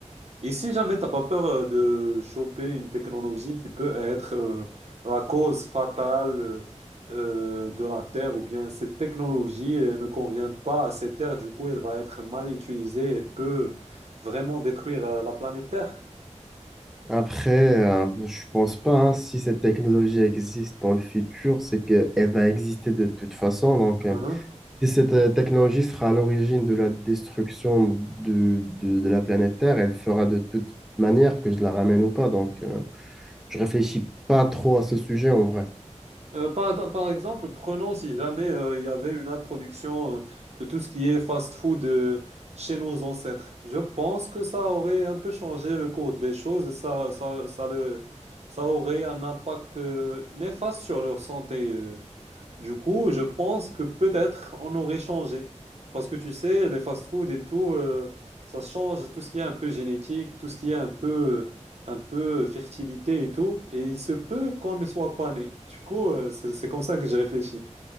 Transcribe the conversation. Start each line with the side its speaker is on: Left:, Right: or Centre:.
Right: Et si jamais t'as pas peur euh, de choper une technologie qui peut être euh, la cause fatale euh, euh, de la Terre, ou bien cette technologie euh, ne convient pas à cette Terre, du coup elle va être mal utilisée et peut vraiment détruire euh, la planète Terre.
Centre: Après, euh, je pense pas, hein, si cette technologie existe dans le futur, c'est qu'elle va exister de toute façon. Donc, euh,
Right: Uh-huh.
Centre: Si cette euh, technologie sera à l'origine de la destruction du- de, de la planète Terre, elle fera de toute manière que je la ramène ou pas. Donc, euh, je réfléchis pas trop à ce sujet en vrai.
Right: Euh, par, par exemple, prenons si jamais euh, il y avait une introduction euh, de tout ce qui est fast-food euh, chez nos ancêtres. Je pense que ça aurait un peu changé le cours des choses et ça, ça, ça, le, ça aurait un impact euh, néfaste sur leur santé. euh. Du coup, je pense que peut-être on aurait changé. Parce que tu sais, les fast-food et tout, euh, ça change tout ce qui est un peu génétique, tout ce qui est un peu, un peu fertilité et tout. Et il se peut qu'on ne soit pas né. Du coup, euh, c'est c'est comme ça que j'ai réfléchi.